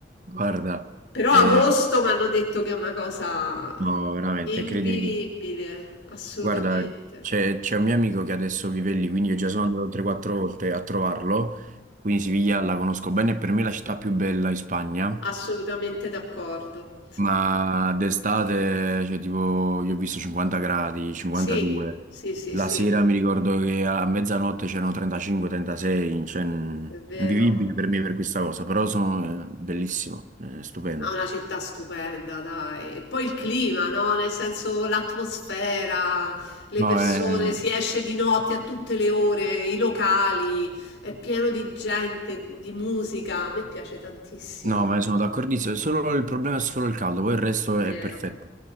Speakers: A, on the right; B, on the left.
A: guarda,
B: Però
A: eh,
B: agosto mi hanno detto che è una cosa
A: no, veramente,
B: invivibile,
A: credimi.
B: assolutamente.
A: Guarda, c'è c'è un mio amico che adesso vive lì, quindi io già sono andato 3-4 volte a trovarlo, quindi Siviglia la conosco bene, per me è la città più bella in Spagna,
B: Assolutamente d'accordo.
A: ma d'estate, cioè tipo, io ho visto 50 gradi, 52,
B: Sì, sì, sì,
A: la
B: sì,
A: sera mi ricordo che a mezzanotte c'erano 35-36, cioè mm,
B: è vero.
A: invivibile per me per questa cosa, però sono eh, bellissimo, eh, stupendo.
B: No, una città stupenda, dai. E poi il clima, no? Nel senso l'atmosfera, le
A: No,
B: persone,
A: eh,
B: si esce di notte a tutte le ore, i locali, è pieno di gente, di musica. A me piace tantissimo,
A: no, ma sono d'accordissimo, solo il problema è solo il caldo, poi il resto
B: è
A: è
B: vero,
A: perfetto.